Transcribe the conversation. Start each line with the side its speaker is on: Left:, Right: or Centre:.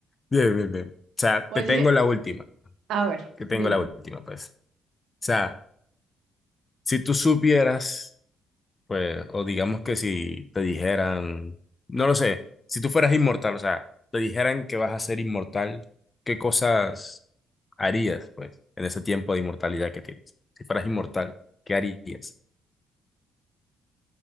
Left: Bien, bien, bien. O sea,
Right: Oye,
Left: te tengo la última,
Right: a ver,
Left: que tengo
Right: dime.
Left: la última, pues. O sea, si tú supieras Pues, o digamos que si te dijeran, no lo sé, si tú fueras inmortal, o sea, te dijeran que vas a ser inmortal, ¿qué cosas harías, pues, en ese tiempo de inmortalidad que tienes? Si fueras inmortal, ¿qué harías?